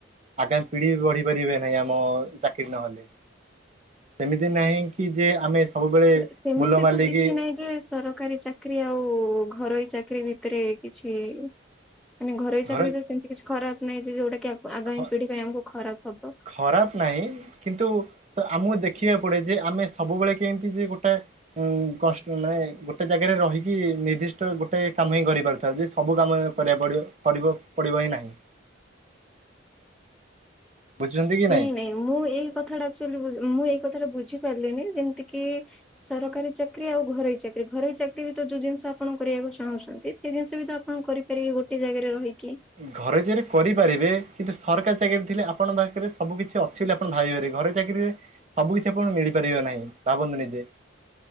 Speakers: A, on the right; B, in the centre.
A: ଆଗାମୀ ପିଢି ବି ବଢି ପାରିବେ ନାହିଁ ଆମ ଚାକିରି ନହେଲେ ସେମିତି ନାହିଁ କି ଯେ ଆମେ ସବୁବେଳେ
B: ସେ ସେମିତି
A: ମୁଲ ମାରିଦେଇକି
B: ତ କିଛି ନାହିଁ ଯେ ସରକାରୀ ଚାକିରି ଆଉ ଘରୋଇ ଚାକି ଚାକିରୀ ଭିତରେ କିଛି ମାନେ ଘରୋଇ ଚାକିରୀ
A: ଘରେ
B: ତ ସେମିତି କିଛି ଖରାପ ନାହିଁ ଯେ ଯୋଉଟା ଆଗାମୀ
A: ଖ
B: ପିଢି ପାଇଁ ଆମକୁ ଖରାପ ହବ।
A: ଖରାପ ନାହିଁ କିନ୍ତୁ ତ ଆମକୁ ଦେଖିବାକୁ ପଡେ ଯେ ଆମେ ସବୁବେଳେ କେମିତି ଯେ ଗୋଟେ କଷ୍ଟ ନାଇଁ ଗୋଟେ ଜାଗାରେ ରହିକି ନିର୍ଦ୍ଦିଷ୍ଟ ଗୋଟେ କାମ ହିଁ କରିପାରିଥାଏ ଯେ ସବୁ କାମ କରିବାକୁ ପଡିବ ପଡିବ ପଡିବ ହିଁ ନାହିଁ।
B: <inaudible>
A: ବୁଝୁଛନ୍ତି କି
B: ନାଇଁ ନାଇଁ ମୁଁ ଏଇ କଥା ଆକଚୁଲି ମୁଁ ଏଇ କଥାଟା ବୁଝି ବୁଝି ପାରିଲେନି ଯେମିତି କି ସରକାରୀ ଚାକିରି ଆଉ ଘରୋଇ ଚାକିରି ଘରୋଇ ଚାକିର ତ ଯୋଉ ଜିନିଷ ଆପଣ କରି କରିବାକୁ ଚାହୁଁଛନ୍ତି ସେ ଜିନିଷ ବି ତ ଆପଣ କରିପାରିବେ ଗୋଟେ ଜାଗାରେ ରହିକି।
A: ଘରେ ଯରେ କରିପାରିବେ କିନ୍ତୁ ସରକାର ଚାକିରି ଥିଲେ ଆପଣଙ୍କ ପାଖରେ ସବୁ କିଛି ଅଛିଲେ ଆପଣ ଭିବିପାରିବେ ଘରେ ଚାକିରିରେ ସବୁ କିଛି ଆପଣ ମିଳିପାରିବେ ନାହିଁ ଭାବନ୍ତୁ ନିଜେ